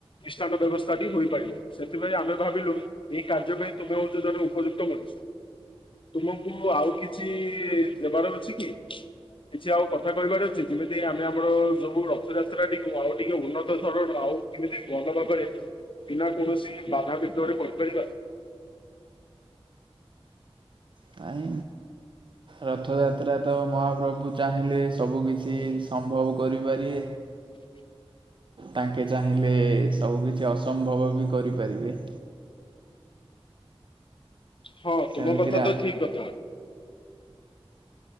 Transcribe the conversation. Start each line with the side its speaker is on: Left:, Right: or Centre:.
Left: ମିଷ୍ଟାନ୍ନ‌ ବ୍ୟବସ୍ଥାଟି ହୋଇପାରିବ ସେଥିପାଇଁ ଆମେ ଭାବିଲୁ ଏଇ କାର୍ଯ୍ୟ ପାଇଁ ତମେ ହଉଚ ଜଣେ ଉପଯୁକ୍ତ ମଣିଷ ତୁମକୁ ଆଉ କି ଛି ଦେବାର ଅଛି କି? କିଛି ଆଉ କଥା କହିବାର ଅଛି ଯେମିତି ଆମେ ଆମର ସବୁ ର ରଥଯାତ୍ରା ଟିକୁ ଆଉ ଟିକେ ଉନ୍ନତ ଧରଣ ଆଉ କେମିତି ଭଲ ଭାବରେ ବିନା କୌଣସି ବାଧା ବିିଘ୍ନରେ କରିପାରିବା
Right: ପାଇଁ। ରଥଯାତ୍ରା ତ ମହାପ୍ରଭୁ ଚାହିଁଲେ ସବୁ କିଛି ସମ୍ଭବ କରିପାରିବେ।
Left: ହ
Right: ତାଙ୍କେ ଚାହିଁଲେ ସବୁ କିିଛି ଅସମ୍ଭବ ବି କରିପାରିବେ।
Left: ହଁ
Right: ସେମିତିରେ
Left: ତୁମ କଥା ତ ଠିକ୍ କଥା।